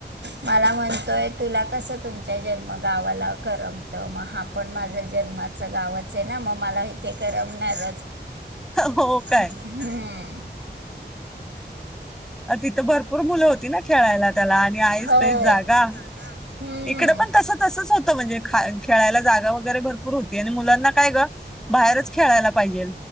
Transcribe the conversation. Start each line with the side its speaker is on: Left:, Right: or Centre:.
Right: मला म्हणतोय, तुला कस तुमच्या जन्म गावाला करमतं मग हा पण माझा ज जन्माच गाव ना मग मला तेे करमणारच
Centre: हो काय
Right: हम्म
Centre: अ तिथं भरपूर मुलं होती ना खेळायला त्याला आणि ऐसपैस
Right: हो
Centre: जागा
Right: हम्म
Centre: इकडे पण तस-तसंच होतं म्हणजे खळ-खेळायला जागा वगैरे भरपूर होती, आणि मुलांना काय गं बाहेरच खेळायला पाहिजे.